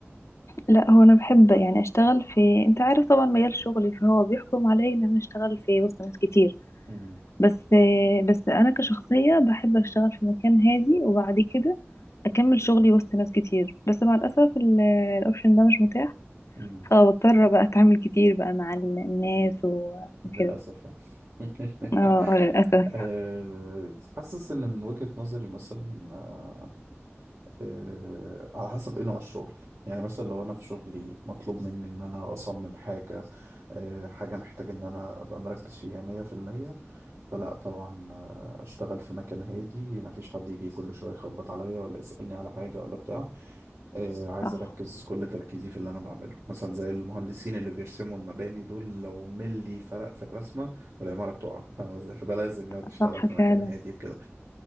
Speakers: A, on the left (about 75°); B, on the right (about 85°).
A: لا هو أنا بحب يعني أشتغل في أنت عارف طبعا مجال شغلي فهو بيحكم علي إن أنا أشتغل في وسط ناس كتير
B: امم
A: بس بس أنا كشخصية بحب أشتغل في مكان هادي وبعد كده أكمل شغلي وسط ناس كتير بس مع الأسف ال- الأوبشن ده مش متاح
B: امم
A: فبضطر بقى أتعامل كتير بقى مع ال- الناس و-
B: للأسف
A: وكده
B: يعني <laughs>
A: اه آه، للأسف
B: أه، حاسس إن من وجهة نظري مثلا آه، على حسب ايه نوع الشغل يعني مثلا لو انا في شغلي مطلوب مني ان انا اصمم حاجة آه، حاجة محتاج ان انا ابقى مركز فيها مية في المية فلا طبعا آه، اشتغل في مكان هادي مفيش حد يجي كل شوية يخبط عليا ولا يسألني على حاجة ولا بتاع آه، عايز
A: صح
B: اركز كل تركيزي في اللي انا بعمله مثلا زي المهندسين اللي بيرسموا المباني دول لو ملي فرق في الرسمة العمارة بتقع فاهم ازاي فده لازم يقعد يشتغل
A: صح
B: في مكان
A: فعلا
B: هادي بكده.